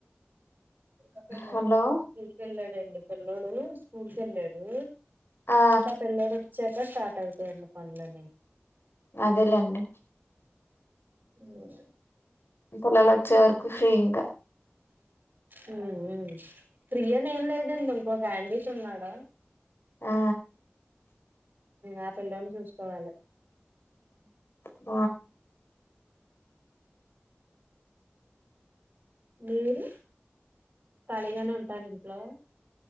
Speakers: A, on the right; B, on the left.
A: ఒక పిల్లోడు
B: హలో
A: స్కూల్ కి వెళ్ళాడండి పిల్లోడు స్కూల్ కి వెళ్ళాడు
B: ఆ
A: ఇంకా పిల్లోడు వచ్చాక స్టార్ట్ అవుతాయండి పనులన్నీ
B: అదేలేండి
A: హ్మ్
B: ఇంకా వాళ్ళు వచ్చే వరకు ఫ్రీ ఇంకా
A: హ్మ్ మ్మ్ ఫ్రీ అని ఏం లేదండి ఇంకో క్యాండీట్ ఉన్నాడా
B: ఆ
A: ఆ పిల్లోడిని చూసుకోవాలి
B: బ
A: మీరు కాళీగానే ఉంటార ఇంట్లో